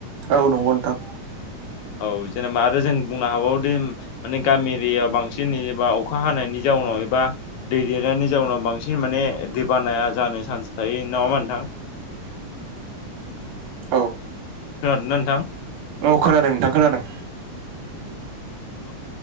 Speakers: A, on the right (about 75°); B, on the left (about 75°).
A: औ नंगौ नोंथां
B: औ जेनेबा आरो जों बुंनो हाबावदि माने गामि एरियायाव बांसिन एबा अखा हानायनि जाउनाव बा दै देरनायनि जाउनाव बांसिन माने दैबानाया जानो चान्स थायो नङाहोनबा नोंथां
A: औ
B: खोनादोना नोंथां
A: औ खोनादों नोंथां खोनादों
B: औ